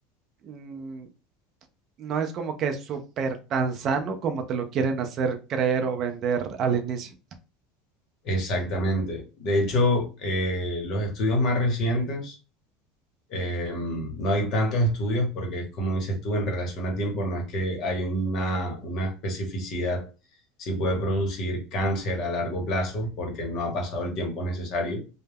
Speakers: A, on the right (about 35°); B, on the left (about 35°).
A: mm, no es como que súper tan sano como te lo quieren hacer creer o vender al inicio.
B: exactamente. De hecho, eh, los estudios más recientes Eh, no hay tantos estudios porque es como dices tú, en relación a tiempo no es que hay una, una especificidad si puede producir cáncer a largo plazo porque no ha pasado el tiempo necesario,